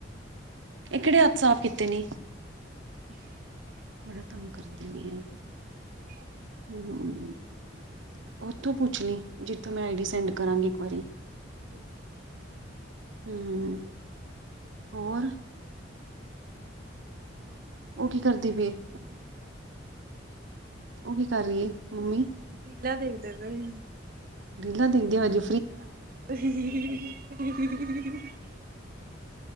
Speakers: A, on the right (about 75°); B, on the right (about 50°).
A: ਇਹ ਕਿਹੜੇ ਹੱਥ ਸਾਫ਼ ਕੀਤੇ ਨੇ।
B: <inaudible>
A: ਬੜਾ ਤੰਗ ਕਰਦੇ ਨੇ ਐ। ਹੂੰ - ਉਥੋਂ ਪੁਛ ਲਈ ਜਿਥੋਂ ਮੈ ਆਈ ਡੀ ਸੈਂਡ ਕਰਾਂਗੀ ਇਕ ਵਾਰੀ।
B: ਠੀਕ ਹੈ। ਠੀਕ ਹੈ।
A: ਹੂੰ ਹੋਰ-
B: ਬਹੁਤ ਵਧੀਆ-
A: ਉਹ ਕੀ ਕਰਦੀ ਪਈ- ਉਹ ਕੀ ਕਰ ਰਹੀ ਹੈ। ਮੰਮੀ
B: ਰੀਲਾ ਦੇਖਦੇ ਪਏ।
A: ਰੇਲਾਂ ਦੇਖਦੇ ਹੋਏ ਗ।
B: <unintelligible>